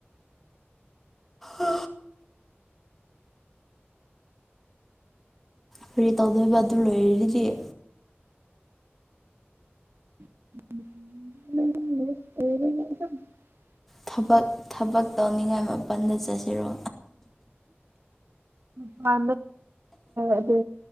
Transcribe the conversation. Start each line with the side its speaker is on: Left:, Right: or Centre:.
Centre: ꯎꯝ ꯐꯔꯤ ꯇꯗꯣꯏꯕ ꯑꯗꯨ ꯂꯣꯏꯔꯗꯤꯌꯦ
Right: <unintelligible> <inaudible>
Centre: ꯊꯕꯛ ꯊꯕꯛ ꯇꯧꯅꯤꯡꯉꯥꯏ ꯃꯄꯟꯗ ꯆꯠꯁꯤꯔꯣ
Right: ꯗ꯭ꯔ ꯑꯗꯨ